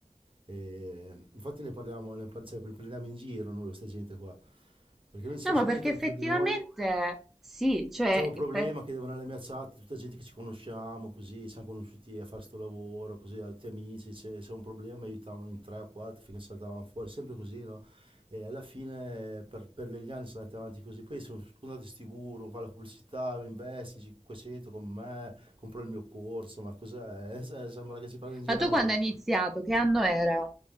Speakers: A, on the right; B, in the centre.
A: E infatti ne parliamo, ne par- cioè, li prendiamo in giro noi, questa gente qua, perché noi ci
B: No,
A: siamo
B: ma
A: sempre
B: perché
A: aiutati
B: effettivamente
A: fra di noi.
B: sì, cioè,
A: C'è un problema
B: per-
A: che devo andare alla mia chat, tutta gente che ci conosciamo, così, siamo conosciuti a fare sto lavoro, così, altri amici, c'è, c'è un problema, mi aiutavano in tre o quattro finché saltavano fuori, sempre così, no? E alla fine per, per degli anni sono andati avanti così, poi sono spuntati sti guru, fa la pubblicità, investi 500 con me, compro il mio corso, ma cos'è? <laughs> Eh, Sembra che ci prendano in
B: ma
A: giro
B: tu
A: a noi,
B: quando
A: capito?
B: hai iniziato, che anno era?